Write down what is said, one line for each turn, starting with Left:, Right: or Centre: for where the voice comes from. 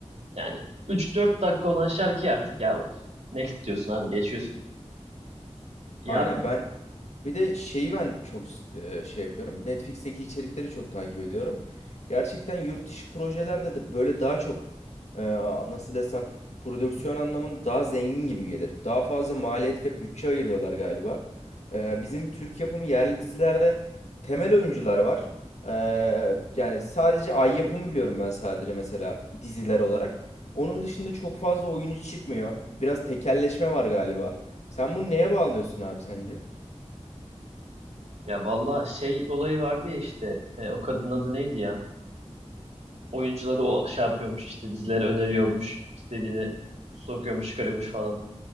Right: Yani üç dört dakika olan şarkıyı artık ya uf, next diyorsun abi geçiyorsun. Ya
Left: Aynen ben Bir de şeyi ben çok e, şey yapıyorum. Netflix'teki içerikleri çok takip ediyorum. Gerçekten yurt dışı projelerde de böyle daha çok e, nasıl desem prodüksiyon anlamında daha zengin gibi gelir. Daha fazla maliyet ve bütçe ayırıyorlar galiba. E, bizim Türk yapımı yerli dizilerde temel oyuncular var. E, yani sadece Ay yapımı biliyorum ben sadece mesela diziler olarak. Onun dışında çok fazla oyuncu çıkmıyor. Biraz tekelleşme var galiba. Sen bunu neye bağlıyorsun abi sence?
Right: ya valla şey olayı vardı ya işte e, o kadının adı neydi ya? oyuncuları o şey yapıyormuş işte dizileri öneriyormuş istediğini sokuyormuş çıkarıyormuş falan.